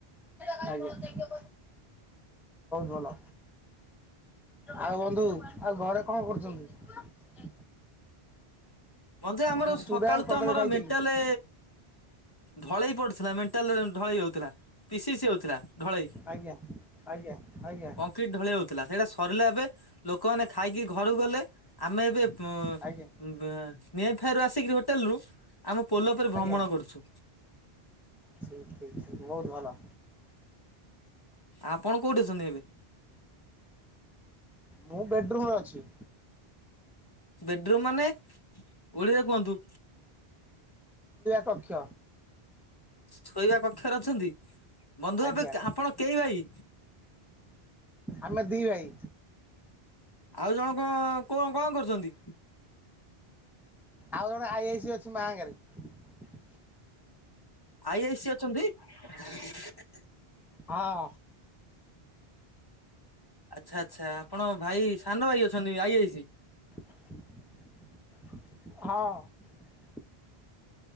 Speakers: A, in the centre; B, on the left.
A: ବହୁତ ଭଲ। ଆଉ ବନ୍ଧୁ ଆଉ ଘରେ କଣ କରୁଛନ୍ତି?
B: ଅଜା ଆମର
A: ମୁଁ
B: ସକାଳୁ
A: ଚୁଡ଼ା ଆଉ କଦଳୀ
B: ତ ଆମର
A: ଖାଇଥିଲି।
B: ମେଣ୍ଟାଲେ ଢଳେଇ ପଡିଥିଲା, ମେଣ୍ଟାଲରେ ଢଳେଇ ହଉଥିଲା। ପି ସି ସି ହୋଉ ଥିଲା। ଢଳେଇ,
A: ଆଜ୍ଞା ଆଜ୍ଞା ଆଜ୍ଞା
B: କଂକ୍ରିଟ ଢଳେଇ ହଉଥିଲା। ସେଇଟା ସରିଲା ଏବେ। ଲୋକମାନେ ଖାଇକି ଘରୁକୁ ଗଲେ, ଆମେ ଏବେ ଉ-ଫେୟାର
A: ଆଜ୍ଞା
B: ରୁ ଆସି କି, ହୋଟେଲ ରୁ ଆମ ପୋଲ ଉପରେ ଭ୍ରମଣ
A: ଆଜ୍ଞା
B: କରୁଛୁ।
A: ଠିକ୍ ଠିକ୍ ବହୁତ ଭଲ।
B: ଆପଣ କୋଉଠି ଅଛନ୍ତି ଏବେ?
A: ମୁଁ ବେଡ଼ରୁମ୍ ରେ ଅଛି।
B: ବେଡରୁୁମ୍ ମାନେ? ଓଡିଆ କୁହନ୍ତୁ।
A: ପକ୍ଷ।
B: ଶୋଇବା କକ୍ଷରେ ଅଛନ୍ତି। ବନ୍ଧୁ
A: ଆଜ୍ଞା
B: ଏବେ ଆପଣ କେହି ଭାଇ?
A: ଆମେ ଦି ଭାଇ।
B: ଆଉ ଜଣ କ-କୋ, କଣ କରୁଛନ୍ତି?
A: ଆଉ ଗୋଟେ ଆଇ ଆଇ ସି ଅଛି, ମାଙ୍କରେ।
B: ଆଇ ଆଇ ସି ଅଛନ୍ତି? <inaudible>
A: ହଁ।
B: ଆଚ୍ଛା ଆଚ୍ଛା। ଆପଣ ଭାଇ, ସାନ ଭାଇ ଅଛନ୍ତି, ଆଇ ଆଇ ସି।
A: <inaudible> ହଁ।